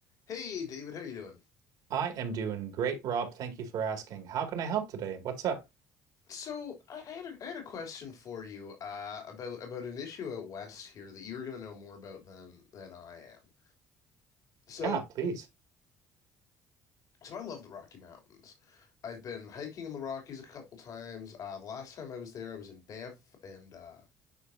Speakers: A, on the left; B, on the right.
A: Hey David, how you doing?
B: I am doing great, Rob. Thank you for asking. How can I help today? What's up?
A: So I, I had a, I had a question for you uh, about about an issue out west here that you're going to know more about than than I am. So
B: Yeah, please.
A: so I love the Rocky Mountains. I've been hiking in the Rockies a couple times. Uh, the last time I was there, I was in Banff and uh,